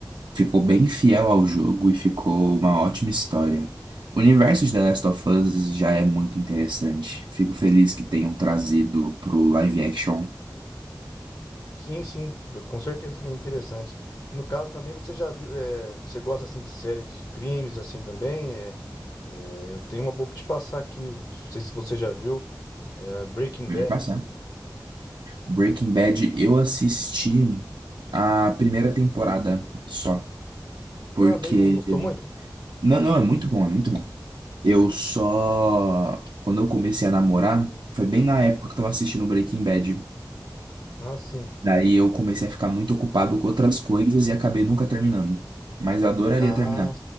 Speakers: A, on the right (about 85°); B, on the left (about 55°).
A: Ficou bem fiel ao jogo e ficou uma ótima história. O universo de The Last of Us já é muito interessante. Fico feliz que tenham trazido pro live action.
B: Sim, sim, com certeza é bem interessante. No caso também, você já viu, é, você gosta assim de série de crimes assim também? É, é, eu tenho uma boa pra te passar aqui, não sei se você já viu, é, Breaking
A: Pode
B: Bad.
A: passar. Breaking Bad, eu assisti a primeira temporada só, porque
B: Ah, daí não gostou muito?
A: não, não, é muito bom, é muito bom. Eu só quando eu comecei a namorar, foi bem na época que eu tava assistindo Breaking Bad.
B: Ah, sim.
A: Daí eu comecei a ficar muito ocupado com outras coisas e acabei nunca terminando. Mas eu adoraria
B: Ah,
A: terminar.